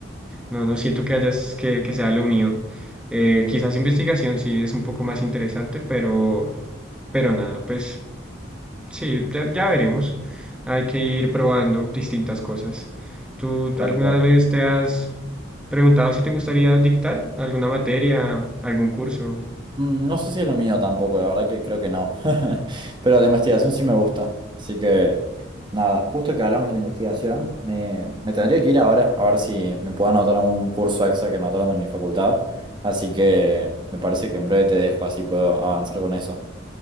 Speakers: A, in the centre; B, on the right.
A: No, no siento que hayas, que, que sea lo mío. Eh, quizás investigación sí es un poco más interesante, pero, pero nada, pues Sí, ya, ya veremos. Hay que ir probando distintas cosas. ¿Tú
B: tal
A: alguna
B: cual.
A: vez te has preguntado si te gustaría dictar alguna materia, algún curso?
B: Mm, No sé si es lo mío tampoco, la verdad que creo que no. <laughs> Pero la investigación sí me gusta. Así que, nada, justo que hablamos de la investigación, me, me tendría que ir ahora, a ver si me puedo anotar a un curso extra que anotaron en mi facultad. Así que me parece que en breve te dejo, así puedo avanzar con eso.